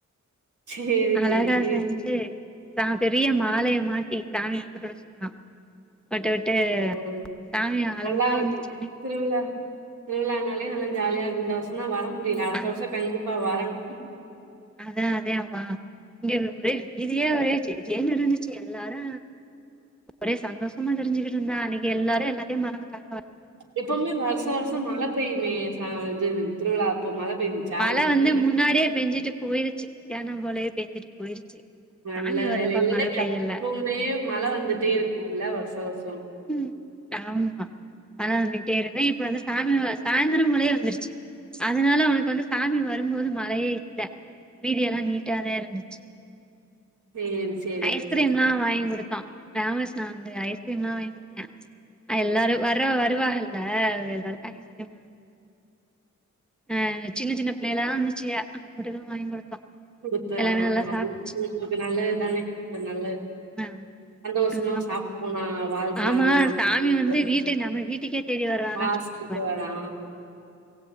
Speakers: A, on the right; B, in the centre.
A: சேரி
B: அழகா
A: சேரி
B: செஞ்சு சா பெரிய மாலய மாட்டி சாமிக்கு போட்டு விட சொன்னா போட்டுவிட்டு
A: ம்.
B: சாமிய அளவுல
A: நல்லா இருக்கு
B: வந்துச் அன்னைக்
A: திருவிழா திருவிழானாலே நல்லா ஜாலியா இருக்கு இந்த வருஷந்தா வர முடில அடுத்த
B: அ
A: வருஷ கண்டிப்பா வரணு
B: அதா அதே ஆமா இங்க ஒரே வீதியே ஒரே ஜேஜேன்னு இருந்துச்சு எல்லாரு ஒரே சந்தோஷமா திரிஞ்சுக்கிட்டிருந்தாங்க அன்னைக்கு எல்லாரு எல்லாத்தயு மறந்துடாங்க
A: எப்பவுமே வருஷா வருஷோ மழ பெய்யுமே ச இது திருவிழா அப்போ மழ பெய்ஞ்சுச்சா
B: மழ
A: அன்னைக்கி
B: வந்து முன்னாடியே பெஞ்சிட்டு போயிருச்சு மத்யானம்போலயே பெஞ்சிட்டு போயிருச்சு
A: நல்ல
B: சாமி வர்றப்ப
A: வேல இல்ல
B: மழ பெய்யல
A: எப்பவுமே மழ வந்துட்டே இருக்குல்ல வருஷா வருஷ்
B: ம் ஆமா மழ வந்துட்டே இருக்கு இப்ப வந்து சாமி சாயிந்திரம் போலயே வந்துருச்சு அதனால உனக்கு வந்து சாமி வரும்போது மழையே இல்ல வீதியெல்லா நீட்டாதே இருந்துச்
A: சேரி சேரி
B: ஐஸ்கிரீம்லா
A: சந்தோஷங்க
B: வாங்கி குடுத்தோ ராமஸ் நா அங்க ஐஸ்கிரீம்லா வாங்கி குடுத்தே எல்லாரு வர வருவாஹல்ல ல எல்லாருக்கு <unintelligible> ஆஹ் சின்ன சின்ன பிள்ளைலா வந்துச்சுக அப்புடுதா வாங்கி குடுத்தோ
A: குடுத்த
B: எல்லாமே
A: ஆமா
B: நல்லா
A: அதுவு
B: சாப்ட்டுச்சு
A: <inaudible> நல்லதுதான ஒரு நல்ல
B: ஆ
A: சந்தோஷ்மா
B: ஆமா
A: சாப்ட்டு போனா வாழ்த்துனாங்கனா
B: ஆமா,
A: நமக்கு
B: சாமி வந்து வீட்டு நம்ம
A: <inaudible>
B: வீட்டுக்கே தேடி வருவானா
A: வாசக்கு
B: சும்மாவா இருக்குது.
A: வரா ஆ